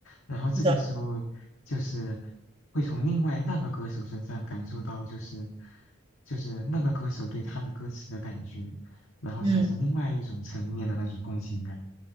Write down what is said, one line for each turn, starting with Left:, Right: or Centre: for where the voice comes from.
Left: 然后这个时候就是
Right: 是的，
Left: 会从另外那个歌手身上感受到，就是就是那个歌手对他的歌词的感觉，然后产生另外一种层面的那种共情感。
Right: 嗯，